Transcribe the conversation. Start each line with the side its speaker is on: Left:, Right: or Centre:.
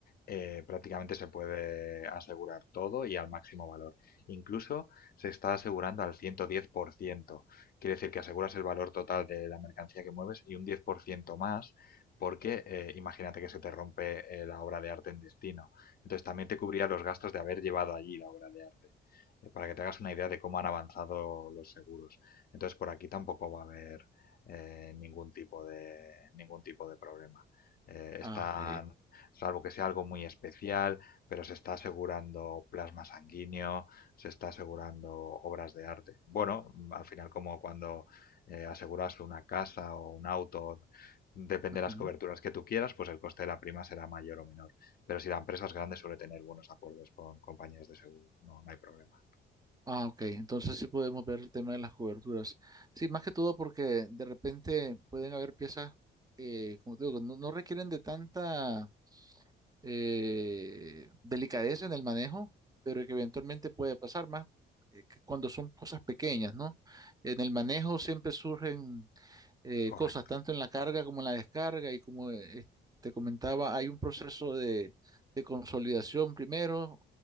Left: eh, prácticamente se puede asegurar todo y al máximo valor. Incluso se está asegurando al 110%. Quiere decir que aseguras el valor total de la mercancía que mueves y un 10% más porque eh, imagínate que se te rompe eh, la obra de arte en destino. Entonces también te cubría los gastos de haber llevado allí la obra de arte eh, para que te hagas una idea de cómo han avanzado los seguros. Entonces, por aquí tampoco va a haber eh, ningún tipo de, ningún tipo de problema. Eh, están,
Right: Ah, ok.
Left: salvo que sea algo muy especial, pero se está asegurando plasma sanguíneo, se está asegurando obras de arte. Bueno, al final como cuando eh, aseguras una casa o un auto, depende
Right: Ujú.
Left: de las coberturas que tú quieras, pues el coste de la prima será mayor o menor. Pero si la empresa es grande suele tener buenos acuerdos con compañías de seguro, no, no hay problema.
Right: Ah, ok. Entonces sí podemos ver el tema de las coberturas. Sí, más que todo porque de repente pueden haber piezas, eh, como te digo, no, no requieren de tanta... eh, delicadeza en el manejo, pero que eventualmente puede pasar más eh, que cuando son cosas pequeñas, ¿no? En el manejo siempre surgen eh,
Left: Correcto,
Right: cosas, tanto en la carga como en la descarga, y como eh, te comentaba, hay un proceso de, de consolidación primero.